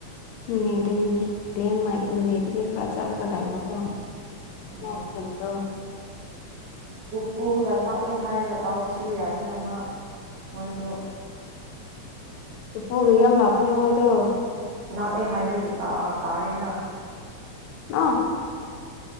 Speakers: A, on the left; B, on the right.
A: ꯅꯣꯅꯦꯗꯒꯤꯅꯦ ꯂꯦꯡꯃꯥꯏ ꯅꯣꯅꯦꯗꯒꯤ ꯈꯔ ꯆꯠꯂꯒ ꯂꯩꯕꯀꯣ ꯃꯥ
B: ꯑꯣ
A: ꯀꯣꯟꯇꯣ
B: ꯎꯄꯨꯒ ꯅꯛꯑꯦ ꯍꯥꯏꯔꯒ ꯇꯧꯕꯁꯨ ꯌꯥꯏꯅ ꯃꯥ ꯃꯣꯏꯁꯨ
A: ꯎꯄꯨꯒ ꯌꯥꯝ ꯂꯥꯞꯄꯅꯤ ꯃꯣꯏꯗꯣ
B: ꯅꯛꯑꯦ ꯍꯥꯏꯕꯒꯤ ꯇꯥ ꯑ ꯇꯥꯌꯦꯅ
A: ꯑ